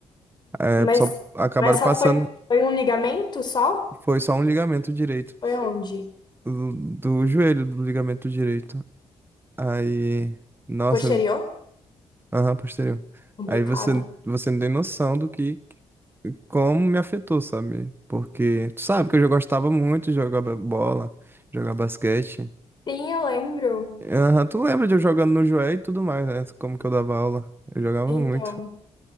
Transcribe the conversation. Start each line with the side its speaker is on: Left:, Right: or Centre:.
Right: é,
Left: Mas,
Right: só acabaram
Left: mas só
Right: passando,
Left: foi, foi um ligamento só?
Right: foi só um ligamento direito
Left: Foi onde?
Right: do, do joelho do ligamento direito. Aí, nossa,
Left: Posterior?
Right: aham, posterior.
Left: Complicado.
Right: Aí você você não tem noção do que como me afetou, sabe? Porque tu sabe que eu já gostava muito de jogar ba- bola, jogar basquete.
Left: Sim, eu lembro.
Right: Aham, tu lembra de eu jogando no joelho e tudo mais, né? Como que eu dava aula? Eu jogava
Left: Então.
Right: muito.